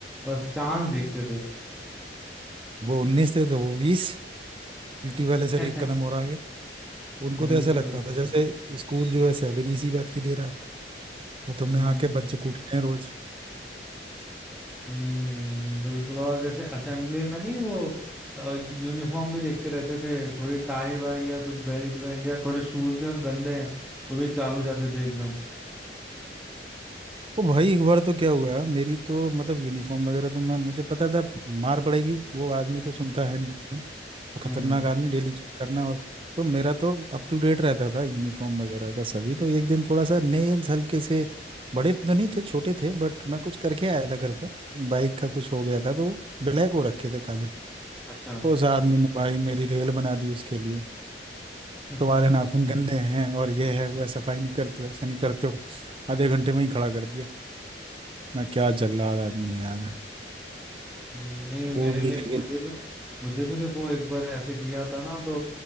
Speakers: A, in the centre; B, on the right.
A: बस चांस देखते थे
B: वो उन्नीस थे तो वो बीस पीटी वाले सर
A: <laughs>
B: एक कदम और आगे थे उनको तो
A: बिल्कुल
B: ऐसा लगता था जैसे स्कूल जो है सैलरी इसी बात की दे रहा है कि तुमने
A: हम्म
B: आके बच्चे कूटने हैं रोज
A: हम्म बिल्कुल और जैसे असेंबली में नहीं वो यूनिफॉर्म भी देखते रहते थे थोड़ी टाई वाई या कुछ बेल्ट वेल्ट या थोड़े शूज भी अगर गंदे हैं तो भी चालू जाते थे एकदम
B: ओ भाई एक बार तो क्या हुआ मेरी तो मतलब यूनिफॉर्म वगैरह तो मैं मुझे पता था मार पड़ेगी वो आदमी
A: हम्म
B: तो सुनता है नहीं और खतरनाक
A: हम्म,
B: आदमी डेली चेक करना और तो मेरा तो अप टू डेट रहता था यूनिफॉर्म वगैरह का सभी तो एक दिन थोड़ा सा नेल्स हल्के से बड़े तो नहीं थे छोटे थे बट मैं कुछ करके आया था घर पे बाइक का कुछ हो गया था तो ब्लैक हो रखे थे काले
A: अच्छा
B: उस आदमी ने भाई मेरी रेल बना दी उसके लिए
A: <laughs>
B: तुम्हारे नाखून गंदे हैं और ये है वो है, सफाई नहीं करते हो, ऐसा नहीं करते हो आधे घंटे में ही खड़ा कर दिया ना क्या जल्लाद आदमी है यार
A: हम्म, नहीं मेरे
B: वो
A: लिए
B: भी लेकिन
A: मुझे भी मुझे भी देखो एक बार ऐसे किया था ना तो